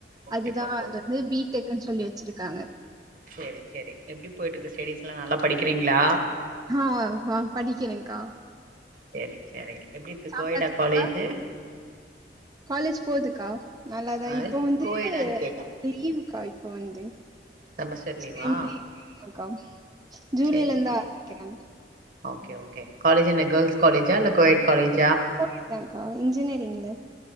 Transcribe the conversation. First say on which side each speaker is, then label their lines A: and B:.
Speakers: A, on the right; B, on the right.
A: ஓகே
B: அதுதா
A: பாப்போ
B: அது வந்து பி டெக் க்குன் சொல்லி வச்சிருக்காங்க
A: சேரி சேரி எப்டி போயிட்ருக்கு ஸ்டடீஸ்லா நல்லா படிக்கிறீங்ளா
B: ஹா வ படிக்கிறேங்க்கா
A: சேரி சேரி எப்டி இருக்கு
B: சாப்டாச்சாக்கா
A: கோயடா காலேஜு
B: காலேஜ் போதுக்கா நல்லாதா
A: அ
B: இப்ப
A: இல்ல
B: வந்து
A: கோயடான்னு கேட்டே
B: லீவுக்கா இப்ப வந்து <unintelligible>
A: செமஸ்டர் லீவா
B: க்கா ஜூலைலந்து
A: சேரி சேரி
B: ஆரம்பிக்கிறாங்க
A: ஓகே ஓகே காலேஜ் என்ன கேர்ள்ஸ் காலேஜா இல்ல கோயட் காலேஜ்
B: கோயட்தாங்கா இன்ஜினியரிங்ல